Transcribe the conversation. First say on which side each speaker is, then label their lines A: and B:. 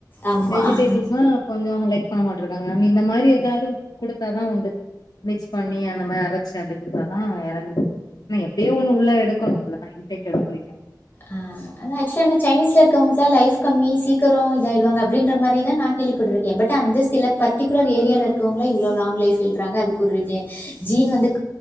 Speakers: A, on the left (about 30°); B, on the left (about 65°).
A: ஆமாம்
B: வெஜிடேபிள்ஸ்னா கொஞ்சம் லைக் பண்ண மாட்டே இருக்காங்க இந்த மாதிரி டாடி கொடுத்தாதான் உண்டு மிக்ஸ் பண்ணி அந்த மாதிரி அரைச்சு அப்படி இப்படித்தான் ஆஹ் இறங்கி நான் எப்படியோ ஒண்ணு உள்ள எடுக்கணும் நான் இன்டேக் எடுக் கனும்
A: ஆஹ் ஆக்சுவல சைனீஸ்ல இருக்கவங்களாம் லைப் கம்மி சீக்கிரம் இத ஆய்டுவாங்க அப்படின்ற மாதிரிதான் நான் கேள்விப்பட்டுருக்கேன் பட் அந்த சில பர்டிகுலர் ஏரியில இருக்கவங்கள இவ்வளோ லாங் லைப்ல இருக்காங்க அது ஒரு ஜீன் வந்து